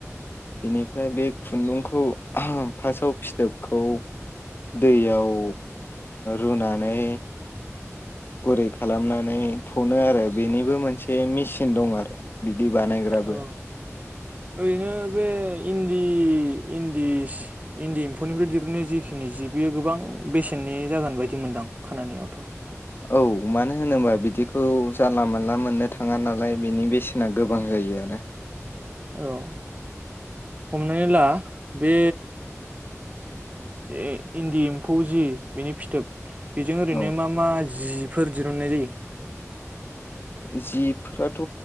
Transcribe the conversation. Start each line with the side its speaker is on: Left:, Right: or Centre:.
Left: बेनिफ्राय बे खुन्दुंखौ फार्स्टआव फिथोबखौ दैयाव रुनानै गुरै खालामनानै थनो आरो बेनिबो मोनसे मेसिन दं आरो बिदि बानायग्राबो
Right: औ ओरैनो बे इन्दि इन्दि इन्दि एम्फौनिफ्राय दिरुनो जिखिनि जि बेयो गोबां बेसेननि जागोन बायदि मोनदां खोनायावथ'
Left: औ मानो होनोबा बिदिखौ जानला मोनला मोननो थाङा नालाय बिनि बेसेना गोबां जायो आनो
Right: औ हमनानै ला बे इ-इन्दि एम्फौ जि बेनि फिथोब बेजों ओरैनो
Left: औ
Right: मा माजि जिफोर दिहुननाय जायो
Left: जिफोराथ'